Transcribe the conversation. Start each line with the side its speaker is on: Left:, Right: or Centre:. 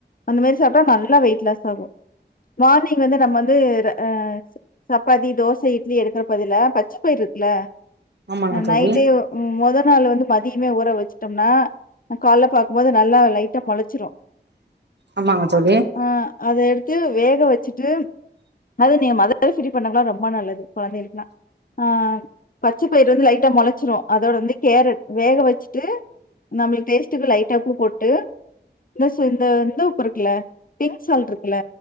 Left: அந்த மாரி சாப்பிட்டா நல்லா வெயிட் லாஸ் ஆகு மார்னிங் வந்து நம்ம வந்து ஆ சப்பாத்தி தோச இட்லி எடுக்கற பதிலா பச்ச பயிரு இருக்குல
Right: ஆமாங்க தோழி
Left: நைட்டே மொத நாள் வந்து மதியமே ஊற வச்சுட்டோம்னா காலைல பார்க்கும்போது நல்லா லைட்டா மொளச்சிரு
Right: ஆமாங்க தோழி
Left: ஆ அத எடுத்து வேக வச்சுட்டு அது நீ மொதலவே சொல்லிருக்க வேண்டாமா ரொம்ப நல்லது கொழந்தைகளுக்குலா ஆ பச்சப்பயிறு வந்து லைட்டா மொளச்சிரு அதோட வந்து கேரட் வேக வச்சுட்டு நம்மளை டேஸ்ட்டுக்கு லைட்டா உப்பு போட்டு இந்த சூ இந்த உப்பு இருக்குல்ல டிக் சால்டு இருக்குல்ல